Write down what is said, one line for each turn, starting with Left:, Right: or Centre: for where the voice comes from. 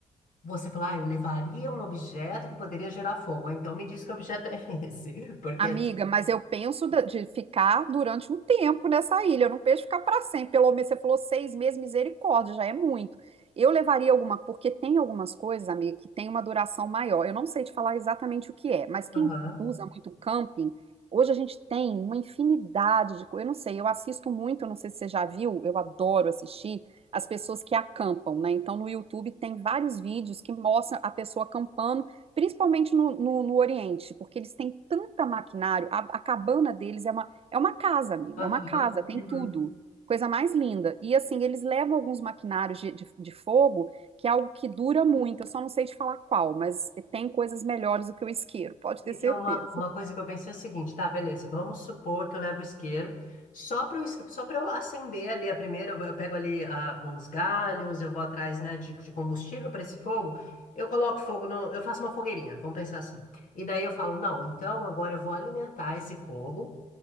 Left: você fala, ah, eu levaria um objeto que poderia gerar fogo. Ah, Então me diz que objeto é esse, porque...
Right: Amiga,
Left: é assim,
Right: mas eu penso da- de ficar durante um tempo nessa ilha. Eu não penso em ficar para sempre. Pelo menos você falou seis meses, misericórdia, já é muito. Eu levaria alguma, porque tem algumas coisas, amiga, que tem uma duração maior. Eu não sei te falar exatamente o que é, mas quem
Left: Aham,
Right: usa muito camping, hoje a gente tem uma infinidade de coisas. Eu não sei, eu assisto muito, eu não sei se você já viu, eu adoro assistir as pessoas que acampam, né? Então no YouTube tem vários vídeos que mostram a pessoa acampando principalmente no, no, no Oriente, porque eles têm tanta maquinário, a, a cabana deles é uma, é uma casa, amiga,
Left: aham,
Right: é uma casa, tem
Left: uhum.
Right: tudo, coisa mais linda. E assim, eles levam alguns maquinários de, de, de fogo, que é algo que dura muito, eu só não sei te falar qual, mas tem coisas melhores do que o isqueiro, pode
Left: Porque
Right: ter certeza.
Left: é uma, uma coisa que eu pensei é o seguinte, tá, beleza, vamos supor que eu levo o isqueiro, só para só para eu acender ali a primeira, eu, eu pego ali ah, uns galhos, eu vou atrás, né, de, de combustível para esse fogo, eu coloco fogo no, eu faço uma fogueirinha, vamos pensar assim. E daí eu falo, não, então agora eu vou alimentar esse fogo